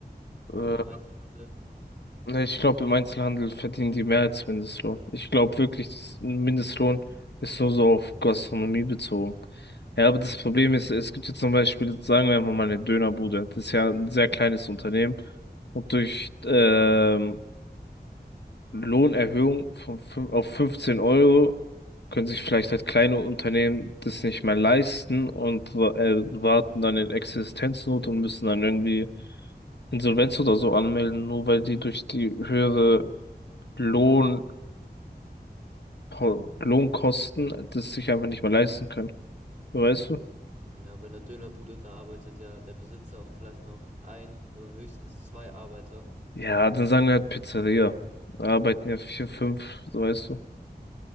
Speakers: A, on the right (about 45°); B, on the left (about 80°).
A: oder
B: äh,
A: im Einzelhandel.
B: ne, ich glaube, im Einzelhandel verdienen die mehr als Mindestlohn. Ich glaube wirklich, das- ein Mindestlohn ist nur so auf Gastronomie bezogen. Ja, aber das Problem ist, es gibt jetzt zum Beispiel, sagen wir mal, eine Dönerbude. Das ist ja ein sehr kleines Unternehmen. Und durch ähm, Lohnerhöhung von fün- auf 15 Euro können sich vielleicht halt kleine Unternehmen das nicht mehr leisten und wa- äh, warten dann in Existenznot und müssen dann irgendwie Insolvenz oder so anmelden, nur weil die durch die höhere Lohn, Po- Lohnkosten das sich einfach nicht mehr leisten können. So weißt du?
A: Ja, bei einer Dönerbude, da arbeitet ja der Besitzer und vielleicht noch ein oder höchstens zwei Arbeiter.
B: Ja, dann sagen wir halt Pizzeria. Da Arbeiten
A: Und,
B: ja vier, fünf,
A: ich-
B: so weißt du.